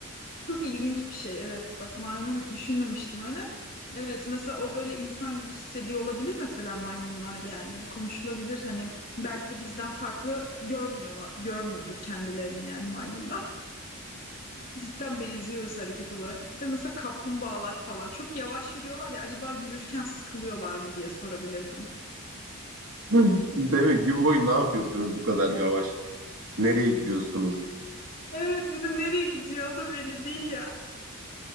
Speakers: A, on the left (about 40°); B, on the right (about 65°).
A: Çok ilginç bir şey. Evet. Bak maymun düşünmemiştim öyle. Evet mesela o böyle insan gibi hissediyor olabilir mesela maymunlar yani konuşulabilir hani belki de bizden farklı görmüyorlar görmüyordur kendilerini yani maymunlar. Cidden benziyoruz hareket olarak. Bir de mesela kaplumbağalar falan. Çok yavaş yürüyorlar ya acaba yürürken sıkılıyorlar mı diye sorabilirdim.
B: Hı. Değil mi? Gün boyu ne yapıyorsunuz bu kadar yavaş? Nereye gidiyorsunuz?
A: Evet bir de nereye gidiyor o da belli değil ya.